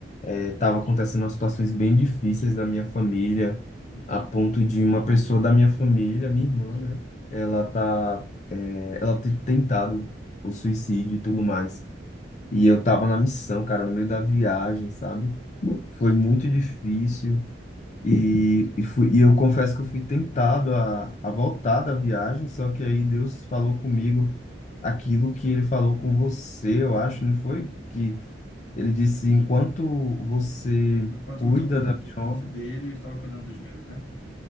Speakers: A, on the left (about 40°); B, on the left (about 85°).
A: Estava acontecendo umas situações bem difíceis na minha família,
B: Uhum.
A: a ponto de uma pessoa da minha família, minha irmã, né? Ela tá, é, ela ter tentado o suicídio e tudo mais. E eu tava na missão, cara, no meio da viagem, sabe? Foi muito difícil. E, e, fui, e eu confesso que eu fui tentado a, a voltar da viagem, só que aí Deus falou comigo aquilo que ele falou com você, eu acho, não foi? que ele disse: enquanto você
B: Enquanto
A: cuida
B: eu estou cuidando
A: da
B: dos,
A: minha
B: dos
A: obra,
B: dele, ele estava cuidando dos meus, né?